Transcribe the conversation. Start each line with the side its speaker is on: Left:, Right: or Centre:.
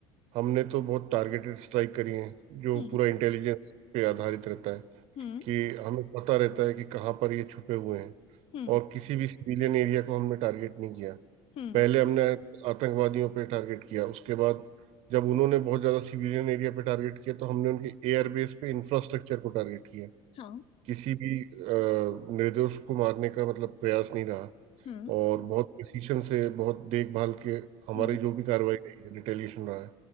Right: हमने तो बहुत टारगेटेड स्ट्राइक करी है जो
Left: हम्म
Right: पूरा इंटेलिजेंस पे आधारित रहता है
Left: हम्म
Right: कि हमें पता रहता है कि कहाँ पर ये छुपे हुए हैं
Left: हम्म
Right: और किसी भी सिविलियन एरिया को हमने टारगेट नहीं किया
Left: हम्म
Right: पहले हमने आतंकवादियों पे टारगेट किया उसके बाद जब उन्होंने बहुत ज्यादा सिविलियन एरिया पे टारगेट किया तो हमने उनके एयर बेस पे इंफ्रास्ट्रक्चर को टारगेट किया
Left: हाँ
Right: किसी भी अ, निर्दोष को मारने का मतलब प्रयास नहीं रहा
Left: हम्म
Right: और बहुत प्रिसीशन से बहुत देखभाल के हमारी
Left: हम्म
Right: जो भी कार्रवाई रही है रिटेलिएशन रहा है